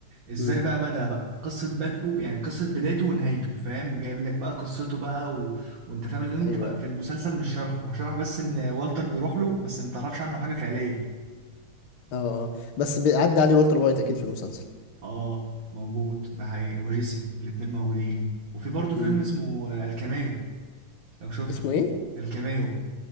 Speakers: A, on the right; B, on the left.
A: ازاي
B: امم
A: بقى بدأ بقى قصه بدءه يعني قصه بدايته ونهايته فاهم جايب لك بقى قصته بقى و... وانت فاهم ان انت
B: ايوه أيوه.
A: في المسلسل مش شرحه هو شرح بس ان والتر بيروح له بس ما تعرفش عنه حاجه فعليا
B: اه اه بس بيعدي عليه والتر وايت اكيد في المسلسل
A: اه موجود ده حقيقي وجيسي الاتنين موجودين وفي برضه فيلم
B: امم
A: اسمه آه، الكاميو لو شفته
B: اسمه ايه
A: الكاميو